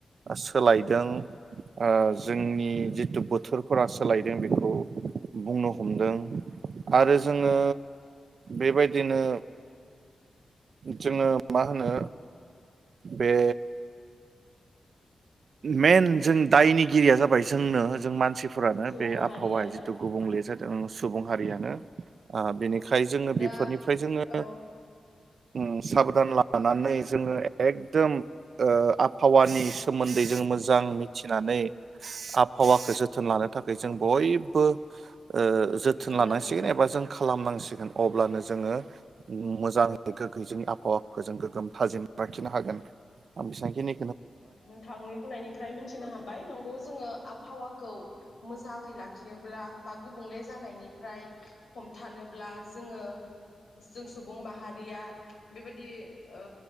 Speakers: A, on the right (about 60°); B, on the left (about 70°).
A: सोलायदों ओ जोंनि जिथु बोथोरफोरा सोलायदों बेखौ बुंनो हमदों।
B: औ
A: आरो जोङो बेबायदिनो जोङो मा होनो बे मेन जों दायनिगिरिया जाबाय जोंनो जों मानसि फोरानो
B: सुबुं
A: बे
B: माहारिया
A: आबहावाया
B: ना
A: जिथु गुबुंलेे जादों सुबुं हारियानो बेनि थाखाय जोङो
B: दा
A: बेफोरनिफ्राय जोङो।
B: औ
A: ओ साबधान लानानै जोङो एकदम ओ आबहावानि सोमोन्दै जोङो मोजां मिथिनानै आबहावाखो जोथोन लानो थाखाय जों बयबो ओ जोथोन
B: बिबान
A: लानांसिगोन
B: लानांगोन
A: एबा जों खालामनां सिगोन अब्लानो जोङो मोजां गोगगोगयै जोंनि आहावाफोरजों गोगोम थाजिम लाखिनो हागोन आं बेसेखिनि
B: ओ नोंथांनि बुंनायनिफ्राय मिथिनो हाबाय नंगौ जोङो आबहावाखौ मोजाङै लाख खिनोब्ला बा गुबुंले जानायनिफ्राय हमथानोब्ला जोङो जों सुबुं माहारिया बेबायदि ओ